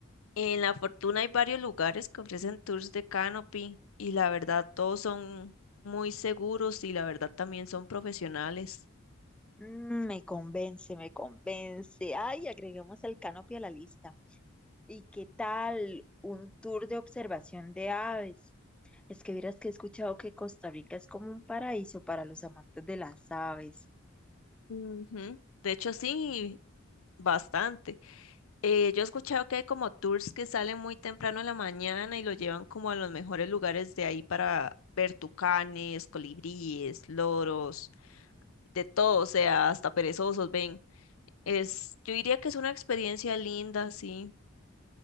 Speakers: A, on the left; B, in the centre.
A: En La Fortuna hay varios lugares que ofrecen tours de canopy y la verdad todos son muy seguros y la verdad también son profesionales.
B: Mm, me convence, me convence. Ay, agreguemos el canopy a la lista. ¿Y qué tal un tour de observación de aves? Es que vieras que he escuchado que Costa Rica es como un paraíso para los amantes de las aves.
A: Ujú. De hecho, sí, bastante. Eh, yo he escuchado que hay como tours que salen muy temprano en la mañana y lo llevan como a los mejores lugares de ahí para ver tucanes, colibríes, loros, de todo, o sea, hasta perezosos, ven. Es, yo diría que es una experiencia linda, sí.